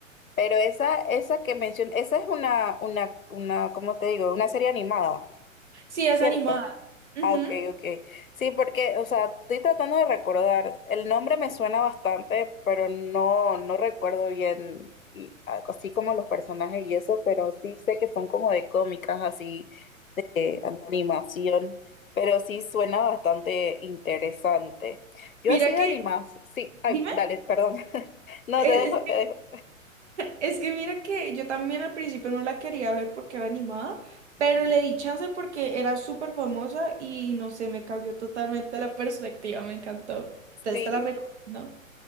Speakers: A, on the left (about 80°); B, on the right (about 55°).
A: Pero esa, esa que mencioné, esa es una, una, una, ¿cómo te digo? Una serie animada,
B: Sí, es
A: ¿cierto?
B: animada. Ujú.
A: Ah, ok, ok. Sí, porque, o sea, estoy tratando de recordar. El nombre me suena bastante, pero no, no recuerdo bien, y, ah, así como los personajes y eso, pero sí sé que son como de cómicas, así, eh, de animación, pero sí suena bastante interesante. Yo
B: Mira
A: así de
B: que
A: animas, sí, ay,
B: Dime,
A: dale, perdón. <laughs> No,
B: es,
A: te dejo, te dejo.
B: es que mira que yo también al principio no la quería ver porque era animada, pero le di chance porque era súper famosa y no sé, me cambió totalmente la perspectiva, me encantó. Entonces
A: Sí,
B: te la recomiendo.